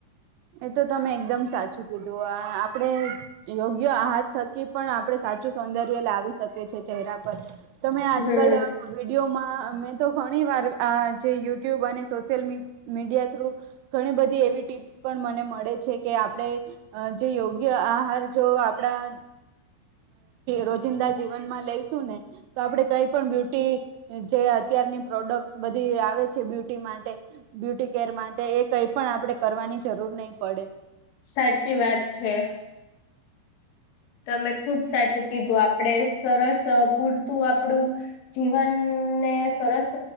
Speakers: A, on the right; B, on the left.
A: હ. એ તો તમે એકદમ સાચું કીધું આ આપડે યોગ્ય આહાર થકી પણ આપડે. સાું સૌંદર્ય લાવી શકે છે ચહેરા પર તમે આજકાલ
B: હમ
A: વિડીયોમાં. મેં તો ઘણી વાર આ જે યુટ્યુબ અને સોશિયલ મી મીડિયા થ્રુ ઘણી બધી એવી ટીપ્સ. પણ મને મળે છે કે આપણે જે યોગ્ય આહાર જો આપણા. રોજિંદા જીવનમાં લઈશું ને તો આપડે કઈ પણ બ્યુટી જે અત્યારની પ્રોડક્ટ બધી આવે છે બ્યુટી માટે બ્યુટી કેર માટે એ કઈ પણ આપણે કરવાની. ની જરૂર નહીં પડે.
B: સાચી વાત છે. તમે ખુબ સાચું કીધું આપડે સરસ પૂરતું આપણું જીવન. સરસ